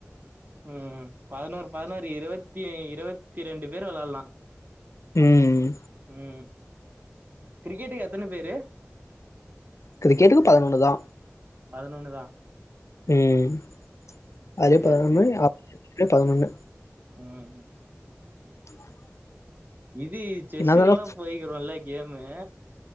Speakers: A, on the right; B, on the left.
A: ம் பதினோரு பதினோரு இருவத்தி இருவத் இருவத்தி ரெண்டு பேர் வெளல்லா
B: ம்
A: ம் கிரிக்கெட்க்கு எத் எத்தன பேரு
B: கிரிக்கெட்டுக்கு பதினொன்னு தா
A: பதினொன்னுதா
B: ம் ம் ம் அதே
A: சேரி
B: பதினொன்னு
A: சேரி
B: ஆப் இல்ல பதினொன்னு
A: ம்
B: <inaudible>
A: இது செஸ்ஸக்குலா
B: என்னதா
A: போய்கிறோலா கேம்மூ